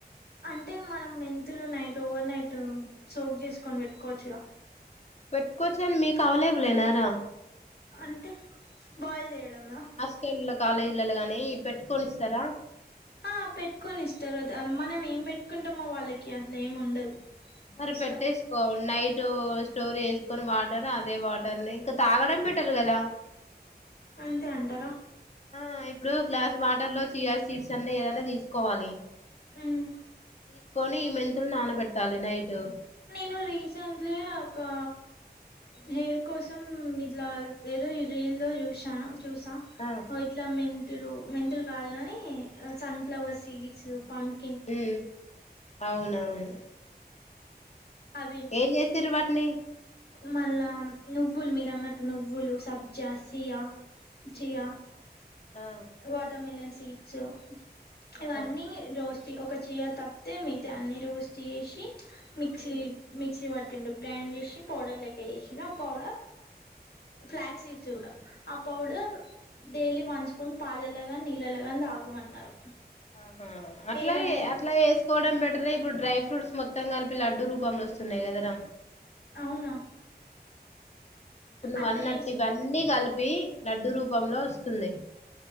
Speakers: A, on the left (about 70°); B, on the left (about 40°).
A: అంటే మనం మెంతులు నైట్ ఓవర్ నైట్ సోక్ చేసుకొని పెట్టుకోవచ్చుగా
B: పెట్టుకోవచ్చని మీకు అవలేబలేనారా
A: అంటే బాయిల్ చేయడంలో
B: స్క కాలేజీలలో గాని పెట్టుకో నిస్తారా
A: ఆ పెట్టుకొని ఇస్తారు మనం ఏం పెట్టుకుంటామో వాళ్ళకి అట్లా ఏమి ఉండదు
B: మరి
A: ఇష్టం
B: పెట్టేసి నైట్ స్టోర్ చేసుకొని వాటర్ అదే వాటర్ ని ఇంకా తాగడం బేట్టర్ కదా
A: అంతే అంటారా
B: ఆ ఇప్పుడు గ్లాస్ వాటర్ లో చియా సీడ్స్ అన్ని ఏదైనా తీసుకోవాలి
A: ఉమ్
B: తీసుకొని ఈ మెంతులు నానబెట్టాలి నైటు
A: నేను రీసెంట్లీ ఒక హెయిర్ కోసం ఇట్లా ఏదో రీల్ లో చూసా చూసా
B: ఆ
A: ఇట్లా మెంతులు మెంతులు కాదు కాని సన్ ఫ్లవర్ సీడ్స్ పంప్
B: ఉ అవునవును
A: అవి
B: ఏం చేస్తారు వాటిని
A: మళ్ళా నువ్వులు మీరు అన్నట్టు నువ్వులు సబ్జా సియా చియా
B: ఉమ్ ఆ
A: వాటర్మెలన్ సీడ్స్ ఇవన్నీ
B: ఆహా
A: రోస్ట్ ఒక చీయా తప్పితే మిగతాయి అన్ని రోస్ట్ చేసి మిక్సీ
B: ఉమ్
A: మిక్సీ పట్టిండు గ్రైండ్ చేసి పౌడర్ లెక్క చేసిండు ఆ పౌడర్ ఫ్లాక్స్ సిడ్స్ కూడా ఆ పౌడర్ డైలీ వన్ స్పూన్ పాలలోగాని నీళ్ళలో కాని తాగమన్నారు
B: ఆహా అట్లా
A: హెయిర్ అనేది
B: గే అట్లా చేసుకోవడం బెటర్ ఇప్పుడు డ్రై ఫ్రూట్స్ మొత్తం కలిపి లడ్డు రూపంలో వస్తున్నాయి కదరా
A: అవునా
B: ఇప్పుడు నువ్వన్నట్
A: అట్లా చేసు
B: ఇవన్నీ కలిపి ప్పి లడ్డు రూపంలో వస్తుంది